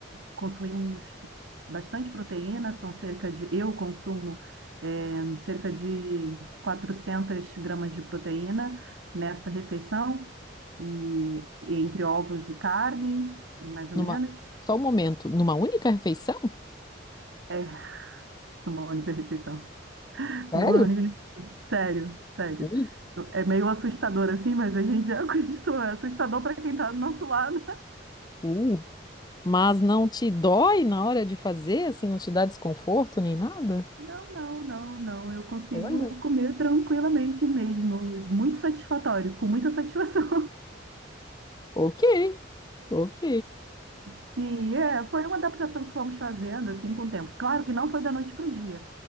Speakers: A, on the right; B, on the left.
A: consumimos bastante proteína, são cerca de, eu consumo eh, cerca de 400 gramas de proteína nessa refeição, e entre ovos e carne, mais ou
B: Numa,
A: menos,
B: só um momento, numa única refeição?
A: é <laughs> uma única refeição.
B: Sério?
A: Não acredito. Sério, sério.
B: Ui,
A: É meio assustador assim, mas a gente já <laughs> acreditou. É assustador para quem tá do nosso lado.
B: uh. Mas não te dói na hora de fazer, assim, não te dá desconforto nem nada?
A: Não, não, não, não. Eu consigo
B: Olha.
A: comer tranquilamente mesmo. Muito satisfatório, com muita satisfação.
B: Ok. Ok.
A: <laughs> Sim, é. Foi uma adaptação que fomos fazendo assim com o tempo. Claro que não foi da noite para o dia.